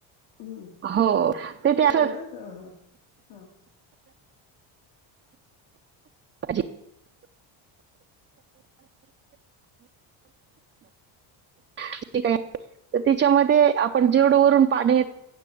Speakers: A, on the left (about 60°); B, on the right (about 25°).
A: हम्म.
B: हो ते ते असं
A: होना हा हा हा.
B: पाहिजे. किती काय <unintelligible> तिच्यामध्ये आपण जेवढं वरून पाणी